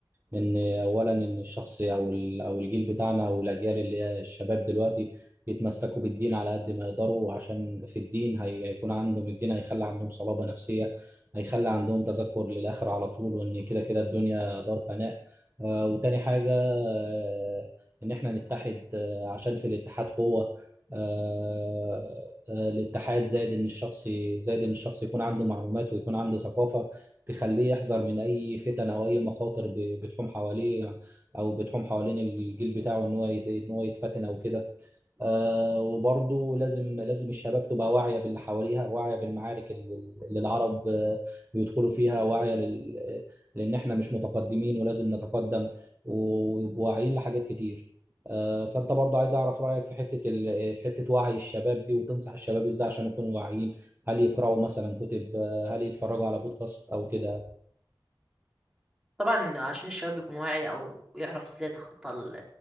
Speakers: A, on the right; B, in the centre.
A: ان اولا ان الشخص او ال... او الجيل بتاعنا او الاجيال اللي هي الشباب دلوقتي يتمسكوا بالدين على قد ما يقدروا عشان في الدين هي... هيكون عندهم الدين هيخلي عندهم صلابة نفسية هيخلي عندهم تذكر للآخرة على طول وان كده كده الدنيا دار فناء آه وتاني حاجة آه ان احنا نتحد آه عشان في الاتحاد قوة آه، آه، الاتحاد زائد ان الشخص زائد ان الشخص يكون عنده معلومات ويكون عنده ثقافه تخليه يحذر من اي فتن او اي مخاطر ب- بتحوم حواليه او بتحوم حوالين الجيل بتاعه ان هو يت- ان هو يتفتن او كده آه، وبرضو لازم لازم الشباب تبقى واعية باللي حواليها واعية بالمعارك اللي اللي العرب آه، بيدخلوا فيها واعية لل... لأن إحنا مش متقدمين ولازم نتقدم ويبقوا واعيين لحاجات كتير آه، فأنت برضو عايز أعرف رأيك في حتة ال... في حتة وعي الشباب دي وتنصح الشباب إزاي عشان يكونوا واعيين هل يقرأوا مثلا كتب آه، هل يتفرجوا على بودكاست أو كده
B: طبعا عشان الشباب يكون واعي او يعرف ازاي يتخطى ال-